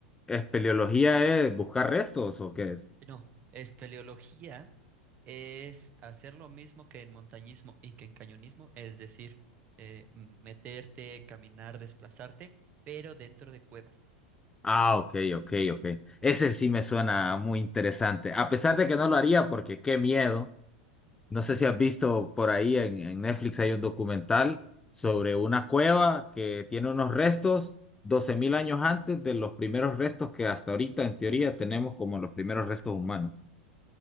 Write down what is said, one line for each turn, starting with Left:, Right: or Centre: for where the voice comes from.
Left: espeleología es buscar restos o qué es?
Right: No, espeleología es hacer lo mismo que en montañismo y que en cañonismo, es decir, eh, m- meterte, caminar, desplazarte, pero dentro de cuevas.
Left: Ah, ok, ok, ok. Ese sí me suena muy interesante. A pesar de que no lo haría porque qué miedo. No sé
Right: Ujú.
Left: si has visto por ahí en, en Netflix hay un documental sobre una cueva que tiene unos restos 12.000 años antes de los primeros restos que hasta ahorita en teoría tenemos como los primeros restos humanos.